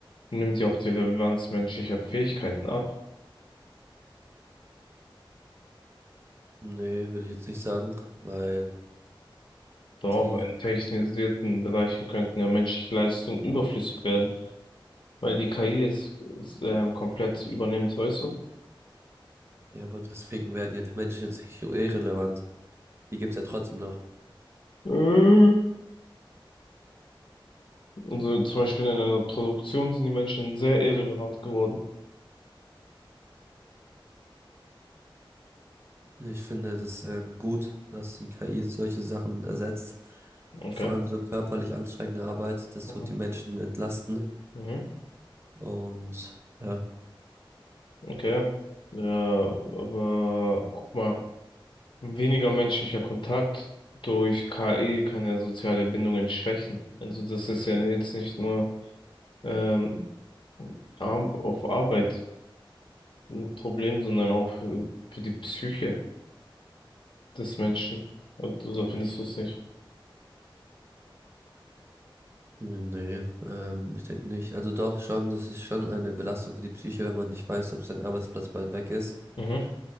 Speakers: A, on the left (about 70°); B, on the right (about 30°).
A: nimmt sie auch die Relevanz menschlicher Fähigkeiten ab.
B: Nee, würde ich jetzt nicht sagen, weil
A: Doch auch
B: die,
A: in technisierten Bereichen könnten ja menschliche Leistungen überflüssig werden, weil die KI es, es ähm, komplett übernimmt, weißt du?
B: ja, aber deswegen werden ja die Menschen jetzt nicht so irrelevant. Die gibt's ja trotzdem noch.
A: Mhm. Also zum Beispiel in einer Produktion sind die Menschen sehr irrelevant geworden.
B: Ich finde das ähm, gut, dass die KI solche Sachen ersetzt.
A: Okay.
B: Vor allem so körperlich anstrengende Arbeit, das
A: Mhm.
B: tut die Menschen entlasten
A: Mhm.
B: und ja.
A: Okay. Ja, aber guck mal. Weniger menschlicher Kontakt durch KI kann ja soziale Bindungen schwächen. Also das ist ja jetzt nicht nur ähm, ar- auf Arbeit ein Problem, sondern auch für, für die Psyche des Menschen. Also da findest du es nicht.
B: Nee, ähm, ich denke nicht. Also doch schon, das ist schon eine Belastung für die Psyche, wenn man nicht weiß, ob sein Arbeitsplatz bald weg ist.
A: Mhm,